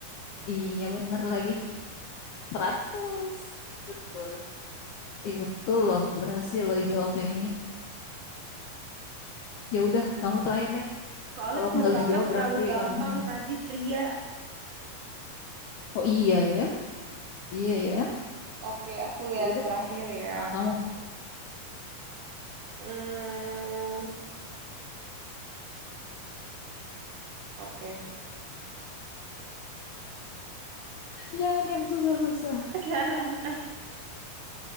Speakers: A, on the left (about 80°); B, on the right (about 70°).
A: Iya bener lagi. 100 Betul. iya betul loh, berhasil lo
B: Oh
A: dijawab
B: my God.
A: yang ini. Ya udah, kamu terakhir deh.
B: Soalnya
A: Kalau aku
B: kelu
A: nggak
B: kakak
A: bisa jawab
B: terlalu
A: berarti
B: gampang
A: kamu menang.
B: tadi pria.
A: Oh iya ya, iya ya.
B: Oke, aku ya
A: Ya udah,
B: terakhir ya.
A: nah, kamu.
B: Hmm, oke.
A: Jangan yang susah-susah.
B: <laughs>